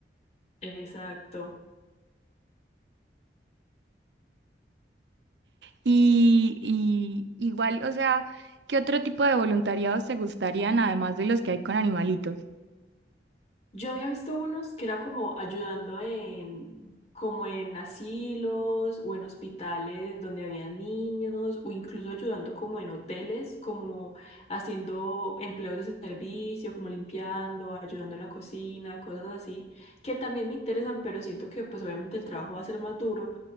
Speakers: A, on the left; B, on the right.
A: Exacto.
B: Y, y igual, o sea, ¿qué otro tipo de voluntariados te gustarían además de los que hay con animalitos?
A: Yo había visto unos que era como ayudando en, como en asilos o en hospitales donde había niños, o incluso ayudando como en hoteles, como haciendo empleos de servicio, como limpiando, ayudando en la cocina, cosas así, que también me interesan, pero siento que pues obviamente el trabajo va a ser más duro,